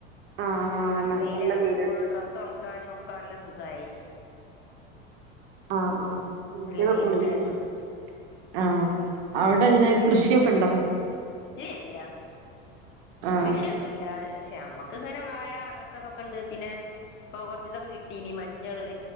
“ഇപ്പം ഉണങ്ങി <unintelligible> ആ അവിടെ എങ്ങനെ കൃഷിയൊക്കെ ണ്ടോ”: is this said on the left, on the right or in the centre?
Right